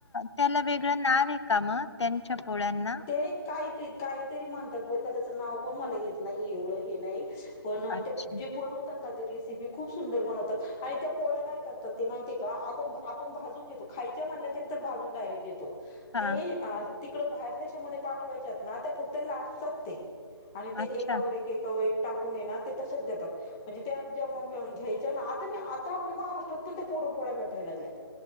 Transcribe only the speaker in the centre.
ते काही काहीतरी म्हणतात बरं का त्याच नाव पण म येत नाही एवढं हे नाही. पण
ते जे पण रेसिपी खूप सुंदर बनवतात आणि त्या पोळ्या काय करतात ते माहिती का? आपण भाजून घेतो खायच्या म्हल्याच्यांतर भाजून डायरेक्ट घेतो
ते तिकडं बाहेर देशामध्ये पाठवायच्यात ना त्या फक्त लाटतात ते आणि ते
एकावर एक एकावर टाकून येणार ते तसेच देतात. म्हणजे त्या जे घ्यायच्या ना आता आता आपल्या महाराष्ट्रातून ते पोरण पोळ्या भेटायला लागल्यात.